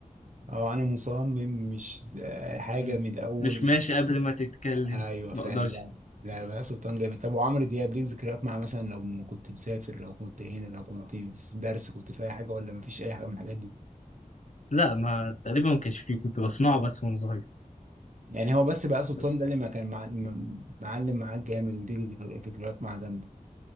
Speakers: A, on the right (about 60°); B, on the left (about 55°).
A: اه انا مصمم مش ز- حاجه
B: م-
A: من الاول
B: مش ماشي قبل ما تتكلم
A: ايوه
B: ما
A: فعلا
B: أقدرش
A: لا لا بهاء سلطان جامد طب وعمرو دياب ليك ذكريات مع مثلا لو م- كنت مسافر لو كنت هنا لو كنت في درس كنت في اي حاجه ولا مفيش اي حاجه من الحاجات دي
B: لا ما تقريبا ما كانش فيه كنت بسمعه بس وانا صغير
A: يعني هو بس بهاء سلطان
B: بس
A: ده اللي ما كان مع... م- معلم معاك جامد وليك ذكر- ذكريات معاه جامده